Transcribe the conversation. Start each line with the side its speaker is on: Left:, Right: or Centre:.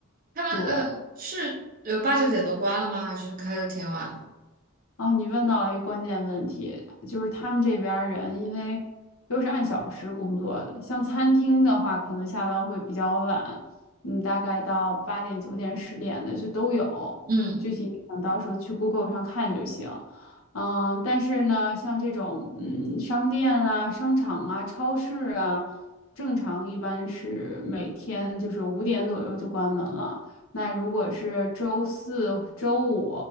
Right: 他们呃是呃八九点都关了吗？
Left: 对。
Right: 还是开的挺晚的？
Left: 啊，你问到了一个关键问题，就是他们这边儿人因为都是按小时工作的，像餐厅的话，可能下班会比较晚，嗯，大概到八点、九点、十点的就都有，
Right: 嗯，
Left: 具体你等到时候去 Google 上看就行。嗯，但是呢，像这种嗯商店啊、商场啊、超市啊，正常一般是每天就是五点左右就关门了。那如果是周四、周五，